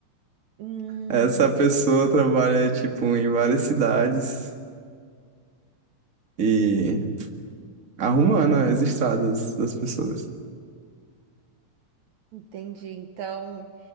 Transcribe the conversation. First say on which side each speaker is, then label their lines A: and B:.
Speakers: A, on the right; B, on the right.
A: Hum,
B: Essa pessoa trabalha, tipo, em várias cidades e arrumando as estradas das pessoas.
A: entendi. Então,